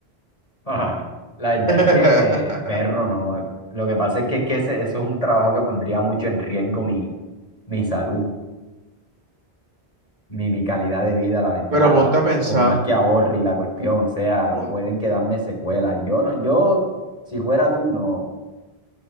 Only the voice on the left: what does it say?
ajá, La verdad
es que, perro, no. Lo que pasa es que, es que ese- eso es un trabajo que pondría mucho en riesgo mi, mi salud. mi, mi calidad de vida, la verdad,
por más que ahorre y la cuestión, o sea,
pueden quedarme secuelas. Yo no, yo, si fuera tú, no.